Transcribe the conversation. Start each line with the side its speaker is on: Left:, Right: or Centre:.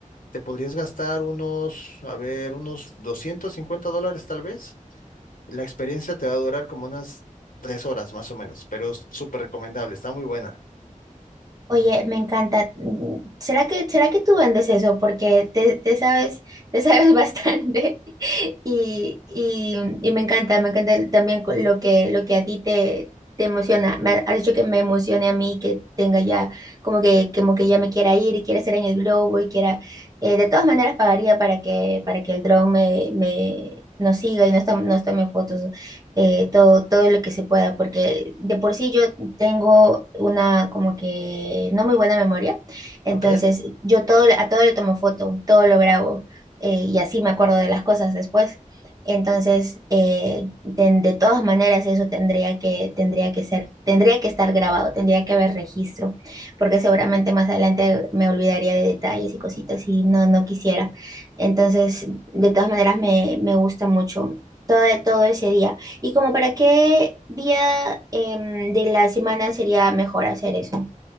Left: te podrías gastar unos, a ver, unos 250 dólares tal vez. La experiencia te va a durar como unas tres horas más o menos, pero es súper recomendable, está muy buena.
Right: Oye, me encanta. Mm, ¿Será que, será que tú vendes eso? Porque te, te sabes, te sabes <laughs> bastante y, y- y me encanta, me encanta el- también co- lo que, lo que a ti te, te emociona. Me ha- has dicho que me emocione a mí, que tenga ya, como que, como que ya me quiera ir y quiera estar en el globo y quiera, eh, de todas maneras pagaría para que, para que el dron me, me, nos siga y nos tome, nos tome fotos, eh, todo, todo lo que se pueda, porque de por sí tengo una como que no muy buena memoria, entonces
Left: Ok.
Right: yo todo, le- a todo le tomo foto, todo lo grabo eh, y así me acuerdo de las cosas después. Entonces, eh, de, de todas maneras eso tendría que, tendría que ser, tendría que estar grabado, tendría que haber registro, porque seguramente más adelante me olvidaría de detalles y cositas y no, no quisiera. Entonces, de todas maneras me, me gusta mucho todo, todo ese día. ¿Y como para qué día em, de la semana sería mejor hacer eso?